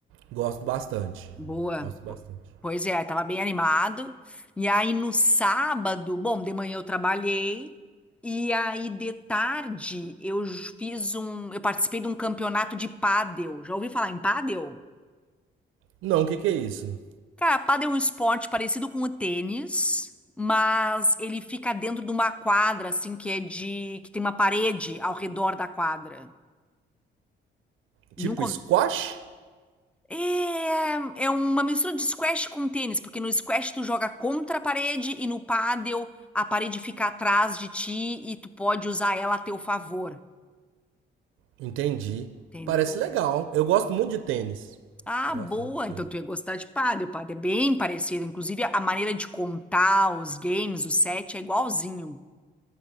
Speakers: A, on the right; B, in the centre.
A: Gosto bastante.
B: Boa.
A: Gosto bastante.
B: Po- Pois é, tava bem animado. E aí no sábado, bom, de manhã eu trabalhei. E aí de tarde eu fiz um, eu participei de um campeonato de pádel. Já ouvi falar em pádel?
A: Não, o que que é isso?
B: Cara, pádel é um esporte parecido com o tênis, mas ele fica dentro de uma quadra, assim, que é de... que tem uma parede ao redor da quadra.
A: Tipo
B: Nunca
A: squash?
B: ouvi. É, é uma mistura de squash com tênis, porque no squash tu joga contra a parede e no pádel a parede fica atrás de ti e tu pode usar ela a teu favor,
A: Entendi.
B: entendeu?
A: Parece legal. Eu gosto muito de tênis.
B: Ah,
A: Eu
B: boa!
A: gosto muito de tênis.
B: Então tu ia gostar de pádel. Pádel é bem parecido, inclusive a maneira de contar os games, o set é igualzinho.